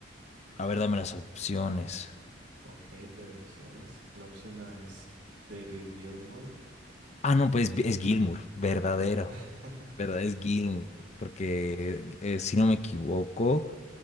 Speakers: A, on the left (about 35°); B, on the right (about 90°).
A: a ver, dame las opciones.
B: Ok, te doy opciones. La opción A es David Gilmour.
A: Ah, no, pues es Gilmour, verdadero,
B: <laughs>
A: verdad, es Gilmour, porque eh, si no me equivoco,